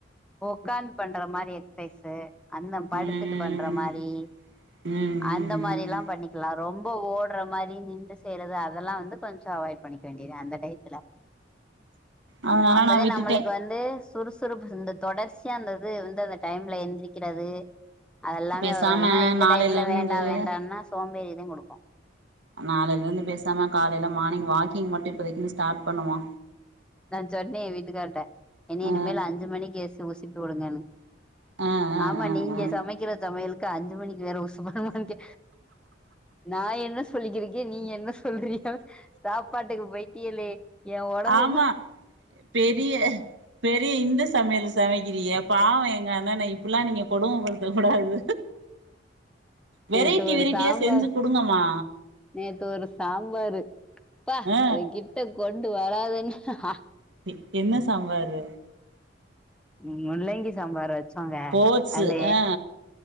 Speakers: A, in the centre; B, on the right.
A: ஒக்காந்து பண்ற மாரி எக்சசைஸ் அந்த படுத்துட்டு
B: ம்
A: பண்ற மாரி
B: ம் ம்
A: அந்த மாரில்லா
B: ம்
A: பண்ணிக்கலா ரொம் ப ஓடுற மாரி நின்று செய்றது அதெல்லா வந்து கொஞ்சோ அவாய்ட் பண்ணிக்க வேண்டியதுதா அந்த டயத்துல
B: அதனால
A: அப்பதா
B: நா விட்டுட்டே
A: நம்மளுக்கு வந்து சுறுசுறுப்பு இந்த தொடர்ச்சியா அந்தது வந்து அந்த டைம்ல எந்திரிக்கிறது அதெல்லாமே
B: பேசாம
A: வரு இல்லனா இந்த
B: நாளையில
A: டயத்துல
B: இருந்து
A: வேண்டா வேண்டான்னா சோம்பேறிதா குடுக்கு
B: நாளைல இருந்து பேசாம காலேல மார்னிங் வாக்கிங் மட்டு இப்பதைக்குன்னு ஸ்டார்ட் பண்ணுவோ
A: நா சொன்னே ஏ வீட்டுக்கார்ட என்ன இனிமேல்
B: ஆ
A: அஞ்சி மணிக்கு எஸ் உசிப்பி வுடுங்கன்னு
B: ஆ ஆ
A: ஆமா
B: ஆ
A: நீங்க
B: ஆ
A: சமக்கிற சமையலுக்கு அஞ்சி மணிக்கு வேற உசுப்பனுமான் கே நா என்ன சொல்லிக்கிருக்கே நீ என்ன சொல்றீக சாப்பாட்டுக்கு போய்ட்டியல்லே ஏ ஒடம்ப
B: ஆமா பெரிய பெரிய இந்த சமயல சமக்கிறீக பாவோ எங்க அண்ணனா இப்டிலா நீங்க கொடுமபடுத்தக் கூடாது வெரைட்டி
A: நேத்து ஒரு
B: வெரைட்டியா
A: சாம்பார்
B: செஞ்சு குடுங்கம்மா
A: நேத்து ஒரு சாம்பாரு ப்பா
B: ஆ
A: அத கிட்ட கொண்டு வராத ஹ
B: அது என்ன சாம்பாரு
A: ம் முள்ளங்கி சாம்பார் வச்சோங்க
B: போட்ஸு
A: அதுல
B: ஆ